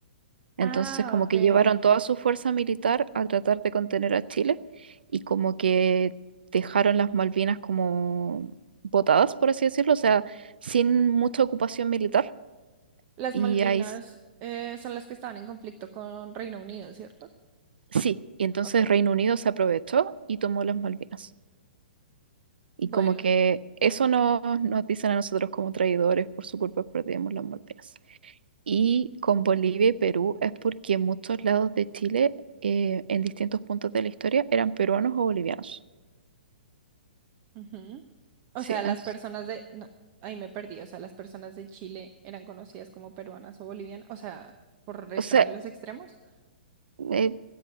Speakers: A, on the right; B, on the right.
A: Entonces,
B: Ah,
A: como
B: ok.
A: que llevaron toda su fuerza militar a tratar de contener a Chile y como que dejaron las Malvinas como botadas, por así decirlo, o sea, sin mucha ocupación militar.
B: Las
A: Y
B: Malvinas
A: ahí s-
B: eh, son las que estaban en conflicto con Reino Unido, ¿cierto?
A: sí, y entonces
B: Ok.
A: Reino Unido se aprovechó y tomó las Malvinas. Y
B: Bueno.
A: como que eso nos, nos dicen a nosotros como traidores, por su culpa perdimos las Malvinas. Y con Bolivia y Perú es porque muchos lados de Chile, eh, en distintos puntos de la historia, eran peruanos o bolivianos.
B: Ujú. O
A: Sí,
B: sea, las
A: entonces,
B: personas de... no, ahí me perdí. O sea, las personas de Chile eran conocidas como peruanas o bolivianas. O sea, por estar
A: o sea,
B: en los extremos.
A: eh,